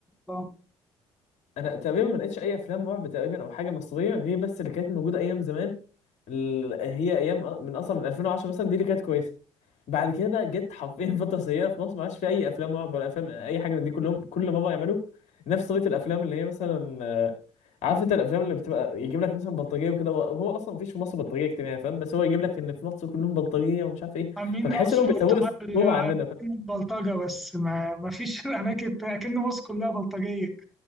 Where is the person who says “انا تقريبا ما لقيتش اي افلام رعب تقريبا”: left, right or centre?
Left